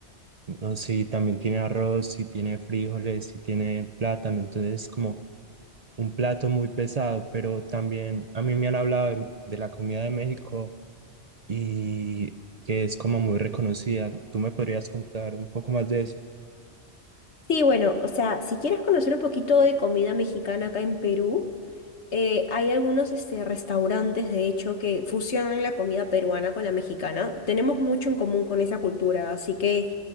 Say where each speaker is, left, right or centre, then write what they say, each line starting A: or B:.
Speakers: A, on the right; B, on the left.
A: no sé, y también tiene arroz, y tiene frijoles, y tiene plátano. Entonces es como un plato muy pesado, pero también a mí me han hablado de de la comida de México y que es como muy reconocida. ¿Tú me podrías contar un poco más de eso?
B: Sí, bueno, o sea, si quieres conocer un poquito de comida mexicana acá en Perú. Eh, hay algunos este, restaurantes, de hecho, que fusionan la comida peruana con la mexicana. Tenemos mucho en común con esa cultura, así que